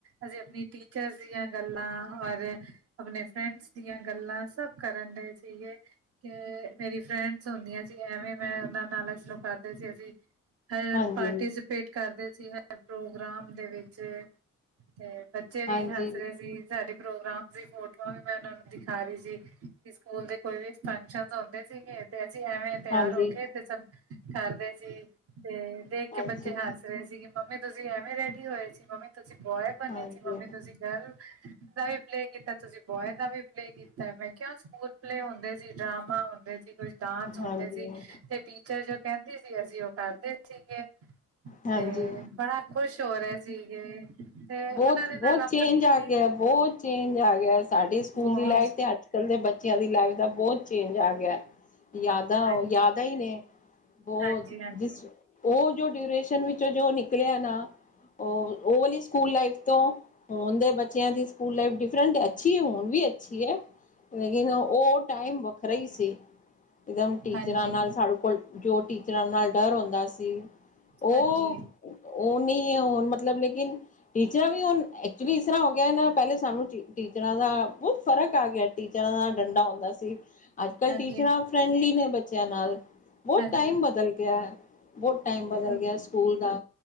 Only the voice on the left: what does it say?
ਹਾਂਜੀ
ਹਾਂਜੀ
ਹਾਂਜੀ
ਹਾਂਜੀ
ਹਾਂਜੀ
ਹਾਂਜੀ
ਹਾਂਜੀ
ਬੋਤ,
ਬੋਤ
ਚੇਂਜ ਆ
ਗੇਆ, ਬੋਤ ਚੇਂਜ ਆ ਗੇਆ, ਸਾਡੀ ਸੂਕੂਲ
ਦੀ ਲਾਈਫ਼ ਤੇ ਅੱਜ ਕੱਲ ਦੇ ਬੱਚੇਆਂ ਦੀ ਲਾਈਵ ਦਾ ਬੋਤ ਚੇਂਜ ਆ ਗੇਐ। ਯਾਦਾਂ
ਓ ਯਾਦਾਂ ਈ ਨੇ ਬੋਤ
ਜਿਸ ਓ ਜੋ ਡਿਊਰੇਸ਼ਨ ਵਿੱਚੋਂ ਜੋ ਨਿਕਲੇਆ ਨਾ ਓ, ਓ ਵਲੀ ਸੂਕੂਲ ਲਾਈਫ ਤੋਂ, ਹੋਨ ਦੇ ਬੱਚੇਆਂ ਦੀ ਸੂਕੂਲ ਲਾਈਫ ਡਿਫਰੈਂਟ, ਅੱਛੀ ਏ ਹੁਨ ਵੀ ਅੱਛੀ ਏ। ਲੇਕਿਨ ਓ ਟਾਈਮ ਵੱਖਰਾ ਈ ਸੀ, ਇਕਦਮ ਟੀਚਰਾਂ
ਨਾਲ ਸਾੜੁ ਕੋਲ ਜੋ ਟੀਚਰਾਂ ਨਾਲ ਡਰ ਹੋਂਦਾ ਸੀ, ਓ
ਓ ਨੀ ਏ ਹੂਨ ਮਤਲਬ ਲੇਕਿਨ ਟੀਚਰਾਂ ਵੀ ਹੁਨ ਏ ਐਕਚੁਲੀ ਇਸ ਤਰਾਂ ਹੋ ਗੇਆ ਨਾ, ਪੈਲੇ ਸਾਨੂੰ ਟੀ, ਟੀਚਰਾਂ ਦਾ ਬੂ ਫ਼ਰਕ ਆ ਗੇਆ, ਟੀਚਰਾਂ ਦਾ ਡੰਡਾ ਹੁੰਦਾ ਸੀ, ਅੱਜ-ਕੱਲ
ਟੀਚਰਾਂ ਫਰੈਂਡਲੀ ਨੇ ਬੱਚੇਆਂ ਨਾਲ। ਬੋਤ
ਟਾਈਮ ਬਦਲ ਗੇਆ ਐ, ਬੋਤ ਟਾਈਮ ਬਦਲ
ਗੇਆ ਸਕੂਲ ਦਾ,